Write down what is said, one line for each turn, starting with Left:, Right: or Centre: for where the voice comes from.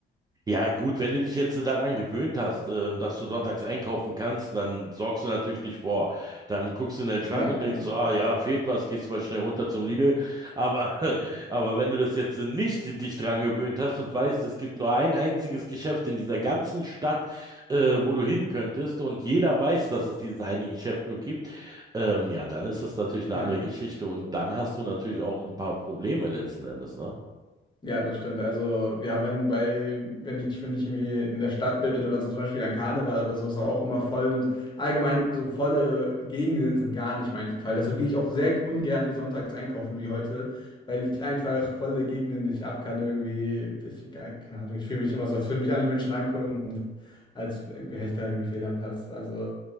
Right: Ja, gut, wenn du dich jetzt daran gewöhnt hast, ähm, dass du sonntags einkaufen kannst, dann sorgst du natürlich nicht vor. Dann guckst du in deinen Schrank
Left: Ja,
Right: und
Left: genau.
Right: denkst so, ah ja, fehlt was, gehst mal schnell runter zum Lidl. Aber, <laughs> aber wenn du das jetzt nicht dich daran gewöhnt hast und weißt, es gibt nur ein einziges Geschäft in dieser ganzen Stadt, äh, wo du hin könntest und jeder weiß, dass es dieses eine Geschäft nur gibt, ähm, ja, dann ist es natürlich
Left: Ja.
Right: eine andere Geschichte und dann hast du natürlich auch ein paar Probleme letzten Endes, ne?
Left: Ja, das stimmt. Also, ja, wenn bei, wenn ich, wenn ich irgendwie in der Stadt bin oder so zum Beispiel an Karneval oder so, ist auch immer voll und allgemein so volle Gegenden sind gar nicht mein Fall. Deshalb gehe ich auch sehr ungern sonntags einkaufen wie heute, weil ich einfach volle Gegenden nicht ab kann irgendwie. Ich, gar- keine Ahnung, ich fühle mich immer so, als würden mich alle Menschen angucken und als wäre ich da irgendwie fehl am Platz. Also,